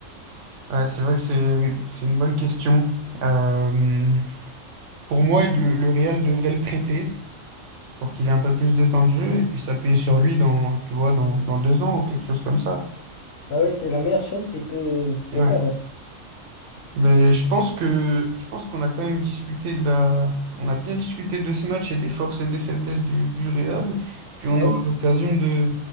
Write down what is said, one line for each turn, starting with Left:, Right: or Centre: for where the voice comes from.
Right: ouais, c'est vrai que c'est, c'est une bonne question. Euh, pour moi, le, le Real devrait le prêter pour qu'il ait un peu plus de temps de jeu et puis s'appuyer sur lui dans, tu vois, dans, dans deux ans ou quelque chose comme ça.
Left: Bah oui, c'est la meilleure chose qu'il peut, qu'il peut
Right: Ouais.
Left: faire.
Right: Mais je pense que je pense qu'on a quand même discuté de la on a bien discuté de ce match et des forces et des faiblesses du, du Real. Puis
Left: Ouais.
Right: on aura l'occasion de,